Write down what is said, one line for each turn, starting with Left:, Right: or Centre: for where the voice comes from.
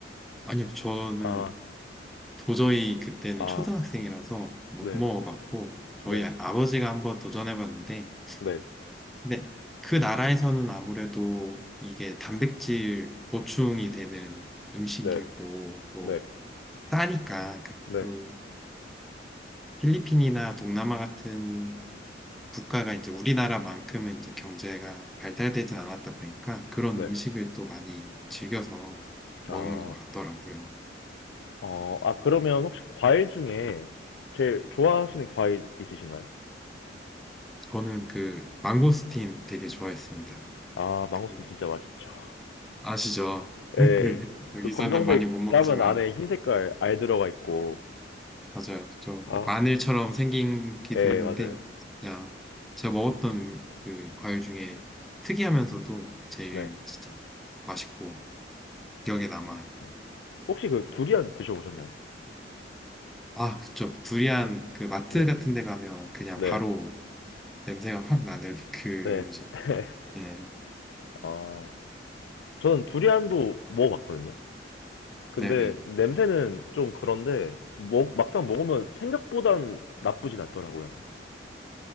Centre: 아니요, 저는
Left: 아,
Centre: 도저히 그때는
Left: 아,
Centre: 초등학생이라서 못
Left: 네,
Centre: 먹어봤고, 저희
Left: 네,
Centre: 아- 아버지가 한번 도전해봤는데,
Left: 네,
Centre: 근데 그 나라에서는 아무래도 이게 단백질 보충이 되는 음식이고,
Left: 네,
Centre: 또
Left: 네,
Centre: 싸니까, 그,
Left: 네,
Centre: 그 필리핀이나 동남아 같은 국가가 이제 우리나라만큼은 이제 경제가 발달되진 않았다 보니까 그런
Left: 네.
Centre: 음식을 또 많이 즐겨서 먹는
Left: 아,
Centre: 것 같더라고요.
Left: 어, 아, 그러면 혹시 과일 중에 제일 좋아하시는 과일 있으신가요?
Centre: 저는 그 망고스틴 되게 좋아했습니다.
Left: 아, 망고스틴
Centre: 그
Left: 진짜 맛있죠.
Centre: 아시죠? <laughs>
Left: 예,
Centre: 그 여기서는
Left: 그 검정색
Centre: 많이 못 먹지만
Left: 까면 안에 흰 색깔 알 들어가 있고.
Centre: 맞아요. 좀
Left: 아,
Centre: 마늘처럼 생기기도
Left: 예,
Centre: 했는데
Left: 맞아요.
Centre: 진짜 제가 먹었던 음- 그 과일 중에 특이하면서도 제일
Left: 네,
Centre: 진짜 맛있고 기억에 남아요.
Left: 네. 혹시 그 두리안 드셔보셨나요?
Centre: 아, 그쵸. 두리안 그 마트
Left: 네,
Centre: 같은 데 가면 그냥
Left: 네,
Centre: 바로 냄새가 확 나는 그
Left: 네.
Centre: 음식.
Left: <laughs>
Centre: 네,
Left: 아, 저는 두리안도 먹어봤거든요. 근데
Centre: 네네.
Left: 냄새는 좀 그런데 먹, 막상 먹으면 생각보단 나쁘진 않더라고요.